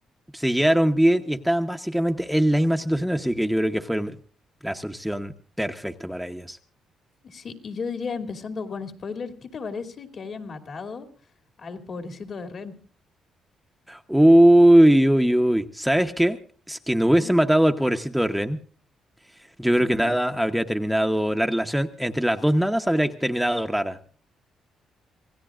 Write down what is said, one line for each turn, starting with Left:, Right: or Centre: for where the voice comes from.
Centre: se llevaron bien y estaban básicamente en la misma situación, así que yo creo que fue el- la solución perfecta para ellas.
Left: Sí, y yo diría, empezando con spoiler, ¿qué te parece que hayan matado al pobrecito de Ren?
Centre: Uy, uy, uy. ¿Sabes qué? Es que no
Left: Ujú.
Centre: hubiese matado al pobrecito de Ren. Yo
Left: Ujú.
Centre: creo que nada habría terminado, la relación entre las dos nanas habría terminado rara.